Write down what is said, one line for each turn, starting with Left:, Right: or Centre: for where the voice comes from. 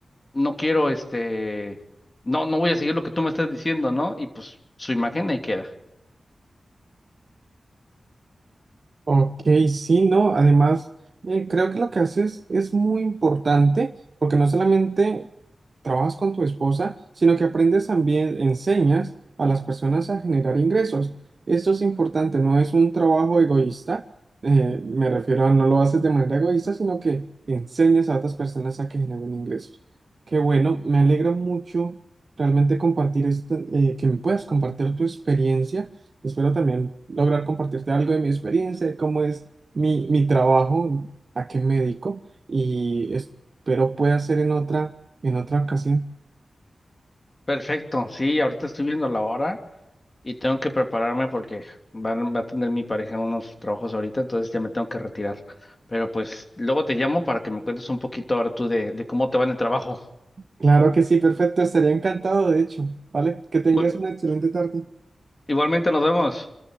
Left: no quiero este, no, no voy a seguir lo que tú me estás diciendo, ¿no? Y pues su imagen ahí queda.
Right: Ok, sí, no, además eh, creo que lo que haces es muy importante porque no solamente trabajas con tu esposa, sino que aprendes también, enseñas a las personas a generar ingresos. Esto es importante, no es un trabajo egoísta, eh, me refiero a no lo haces de manera egoísta, sino que enseñas a otras personas a que generen ingresos. Qué bueno, me alegra mucho realmente compartir esto, eh, que me puedas compartir tu experiencia. Espero también lograr compartirte algo de mi experiencia, de cómo es mi, mi trabajo, a qué me dedico y espero pueda ser en otra, en otra ocasión.
Left: Perfecto, sí, ahorita estoy viendo la hora y tengo que prepararme porque van, va a tener mi pareja unos trabajos ahorita, entonces ya me tengo que retirar. Pero pues luego te llamo para que me cuentes un poquito ahora tú de, de cómo te va en el trabajo.
Right: Claro que sí, perfecto, estaría encantado, de hecho, ¿vale? Que tengas
Left: Muy-
Right: una excelente tarde.
Left: igualmente nos vemos.